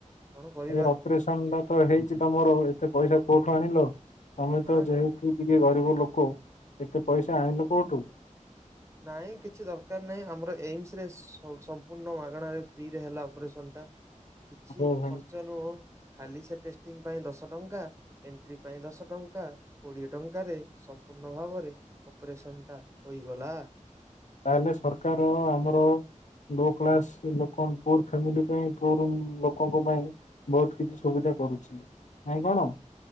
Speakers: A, on the right; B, on the left.
A: କଣ କରିବା
B: ଅପରେସନଟା ତ ହେଇଛି ତମର ଏତେ ପଇସା କୋଉଠୁ ଆଣିଲ? ତମେ ତ
A: ଆଁ
B: ଯେହେତୁ ଇଏ ଟିକେ ଗରିବ ଲୋକ। ଏତେ ପଇସା ଆଣିଲ କୋଉଠୁ?
A: ନାଇଁ କିଛି ଦରକାର ନାହିଁ। ଆମର ଏମ୍‌ସରେ ସମ୍ପୂର୍ଣ୍ଣ ମାଗଣାରେ ଫ୍ରିରେ ହେଲା ଅପରେସନ ଟା। କିଛି
B: ହଉ ଭାଇ
A: ଖର୍ଚ୍ଚ ନୁହଁ। ଖାଲି ସେ ଟେଷ୍ଟିଂ ପାଇଁ ଦଶ ଟଙ୍କା। ଏଣ୍ଟ୍ରି ପାଇଁ ଦଶ ଟଙ୍କା। କୋଡିଏ ଟଙ୍କାରେ ସମ୍ପୂର୍ଣ୍ଣ ଭାବରେ ଅପରେସନ୍‌ଟା ହୋଇଗଲା।
B: ତାହେଲେ ସରକାର ଆମର ହୋଉ ଭୋକ୍ଲାସ ଲୋକ ପୁର୍ ଫାମିଲି ପାଇଁ ପୁର୍ ଲୋକଙ୍କ ପାଇଁ ବହୁତ କିଛି ସୁବିଧା କରୁଛି। ନାଇଁ କଣ?